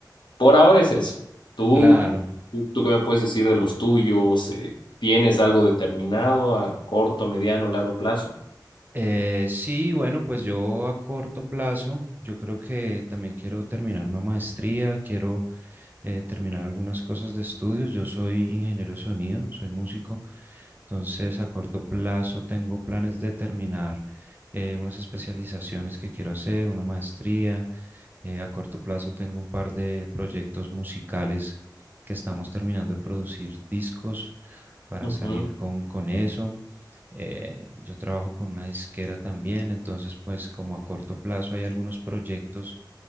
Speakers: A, on the left; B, on the right.
A: Por ahora es eso. ¿Tú,
B: Claro,
A: tú, tú qué me puedes decir de los tuyos? Eh, ¿tienes algo determinado a corto, mediano, largo plazo?
B: Eh, sí, bueno, pues yo a corto plazo, yo creo que también quiero terminar una maestría, quiero eh, terminar algunas cosas de estudios. Yo soy ingeniero de sonido, soy músico, entonces a corto plazo tengo planes de terminar eh, unas especializaciones que quiero hacer, una maestría, eh, a corto plazo tengo un par de proyectos musicales que estamos terminando de producir discos para
A: Ujú.
B: salir con, con eso. Eh, yo trabajo con una disquera también, entonces pues como a corto plazo hay algunos proyectos